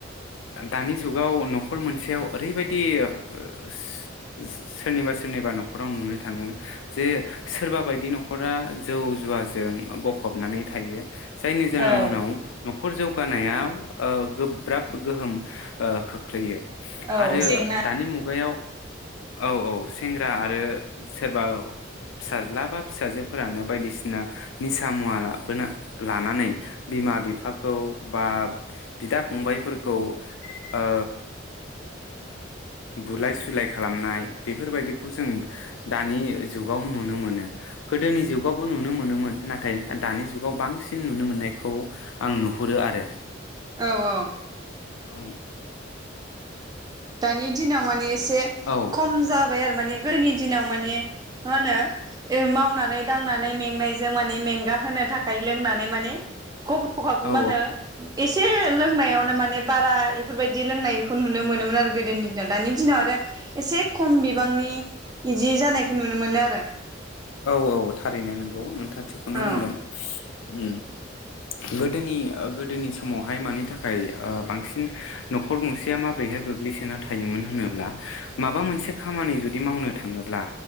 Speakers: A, on the left; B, on the right.
A: दानि जुगाव न'खर मोनसेयाव ओरैबायदि ओ सोरनिबा सोरनिबा न'खराव नुनो थाङो जे सोरबा बायदि न'खरा जौ जुवाजों गफबनानै थायो। जायनि जाउनाव
B: औ
A: न' खर जौगानायाव ओ गोब्राब गोहोम ओ खोख्लैयो।
B: औ
A: आरो
B: जेंना
A: दानि मुगायाव औ औ सेंग्रा आरो सोरबा फिसाज्ला बा फिसाजोफोरानो बायदिसिना निसा मुवा लाबोना लानानै बिमा बिफाखौ बा बिदा फंबायफोरखौ ओ ओ बुलाय सुलाय खालामनाय बेफोरबायदिखौ जों दानि जुगाव नुनो मोनो। गोदोनि जुगावबो नुनो मोनोमोन नाथाय दानि जुगाव बांसिन नुनो मोननायखौ आं नुहुरो आरो।
B: औ औ।
A: आं
B: दानि दिनाव मानि एसे
A: औ
B: खम जा बाय आरो माने गोदोनि दिनाव माने मा‌ होनो‌ ओ मावनानै दांनानै मेंनायजों माने मेंगा होनो थाखाय लोंनानै माने खब हाब
A: औ
B: मा होनो एसे लोंनायावनो माने बारा इफोरबायदि लोंनायखौ नुनो मोनोमोन आरो गोदोनि दिनाव दानि दिनाव आरो एसे खम बिबांनि बिदि जानायखौ नुनो मोनो आरो
A: औ औ औ थारैनो नोंथाङा थिगखौनो
B: औ
A: बुंदों ओम गोदोनि गोदोनि समावहाय मानि थाखाय ओ‌बांसिन न'खर गंसेया माबोरैहाय गोग्लैसोना थायोमोन होनोब्ला माबा मोनसे खामानि जुदि मावनो थाङोब्ला